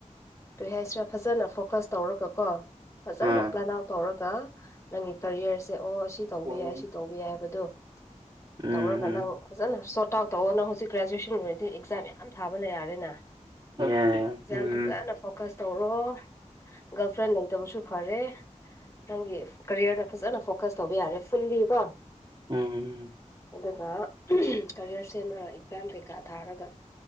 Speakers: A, on the left; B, on the right.
A: ꯀꯔꯤ ꯍꯥꯏꯁꯤꯔꯥ ꯐꯖꯅ ꯐꯣꯀꯁ ꯇꯧꯔꯒ ꯀꯣ ꯐꯖꯅ
B: ꯑꯥ
A: ꯄ꯭ꯂꯥꯟ ꯑꯥꯎꯠ ꯇꯧꯔꯒ ꯅꯪꯒꯤ ꯀꯔꯤꯌꯔꯁꯦ ꯑꯣ ꯁꯤ ꯇꯧꯕ
B: ꯎꯝ
A: ꯌꯥꯏ ꯁꯤ ꯇꯧꯕ ꯌꯥꯏ ꯍꯥꯏꯕꯗꯨꯣ
B: ꯎꯝ
A: ꯇꯧꯔꯒ ꯅꯪ ꯐꯖꯅ ꯁꯣꯔꯠ ꯑꯥꯎꯠ ꯇꯧꯑꯣ ꯅꯪ ꯍꯧꯖꯤꯛ ꯒ꯭ꯔꯦꯖꯨꯋꯌꯦꯁꯟ ꯑꯣꯏꯔꯗꯤ ꯑꯦꯛꯖꯥꯝ ꯌꯥꯝ ꯊꯥꯕ ꯌꯥꯔꯦꯅ
B: ꯌꯥꯏ
A: ꯁ
B: ꯎꯝ
A: ꯌꯥꯝ ꯐꯖꯅ ꯐꯣꯀꯁ ꯇꯧꯔꯣ ꯒꯥꯔꯜ ꯐ꯭ꯔꯦꯟ ꯂꯩꯇꯕꯁꯨ ꯐꯔꯦ ꯅꯪꯒꯤ ꯀꯔꯤꯌꯔꯗ ꯐꯖꯅ ꯐꯣꯀꯁ ꯇꯧꯕ ꯌꯥꯔꯦ ꯐꯨꯜꯂꯤ ꯀꯣ
B: ꯎꯝ
A: ꯑꯗꯨꯒꯥ ꯀꯔꯤꯌꯥꯔ ꯁꯦꯝꯃꯒ ꯑꯦꯛꯖꯥꯝ ꯀꯩꯀꯥ ꯊꯥꯔꯒꯥ